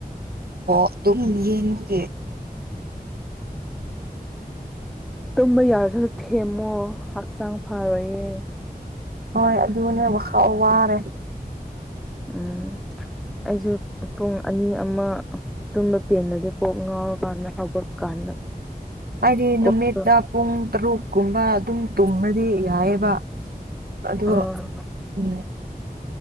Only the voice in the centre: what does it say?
ꯇꯨꯝꯕ ꯌꯥꯔꯁꯨꯁꯨ ꯊꯦꯝꯃꯣ ꯍꯛꯆꯥꯡ ꯐꯔꯣꯏꯌꯦ
ꯎ ꯑꯩꯁꯨ ꯄꯨꯡ ꯑꯅꯤ ꯑꯃ ꯇꯨꯝꯕ ꯄꯦꯟꯗꯗꯤꯦ ꯀꯣꯛ ꯉꯥꯎꯔꯀꯥꯟꯗ ꯍꯧꯒꯠꯄ ꯀꯥꯟꯗ
ꯀꯣꯛꯇꯣ
ꯑꯥ